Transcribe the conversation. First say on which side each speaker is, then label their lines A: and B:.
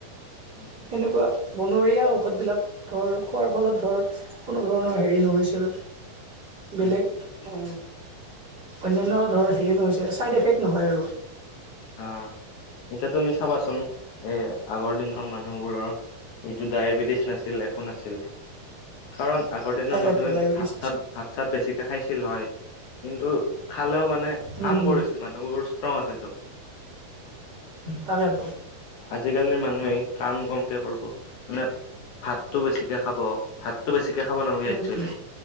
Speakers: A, on the left; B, on the right.
A: উম, উম।
B: সেনেকুৱা বনৰীয়া ঔষধবিলাক ধৰ খোৱাৰ ফলত ধৰ কোনো ধৰণৰ হেৰি নহৈছিল। বেলেগ
A: উম
B: উ অন্যান্য ধৰ হেৰি নহৈছে, চাইড এফেক্ট নহয় আৰু।
A: আহ এতিয়া তুমি চাবাচোন এ, আগৰ দিনৰ মানুহবোৰৰ এইটো ডায়েবেটিছ নাছিল, একোঁ নাছিল কাৰণ আগৰ দিনৰ
B: তাকেতো
A: মানুহে
B: ডায়েবেটিছ
A: ভাত চাত, ভাত চাত বেছিকৈ খাইছিল হয় কিন্তু খালেও মানে
B: উম
A: কাম
B: উম
A: কৰিছিল মানুহবোৰ ষ্ট্ৰং আছিল চব।
B: তাকেতো।
A: আজিকালিৰ মানুহে কাম কমকে কৰিব মানে ভাতটো বেছিকে খাব। ভাতটো বেছিকে খাব নালাগে
B: উম
A: একচুৱেলি।
B: উম